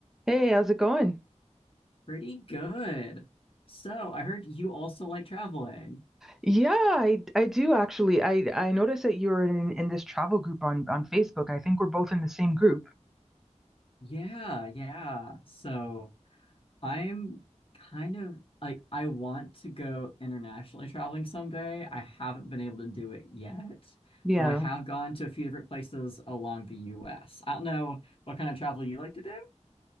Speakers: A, in the centre; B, on the left.
A: Hey, how's it going?
B: Pretty good. So I heard you also like traveling.
A: Yeah, I I do actually. I I noticed that you're in in this travel group on on Facebook. I think we're both in the same group.
B: Yeah, yeah. So I'm kind of like I want to go internationally traveling someday. I haven't been able to do it yet,
A: Yeah.
B: but I have gone to a few different places along the US. I don't know what kind of travel you like to do.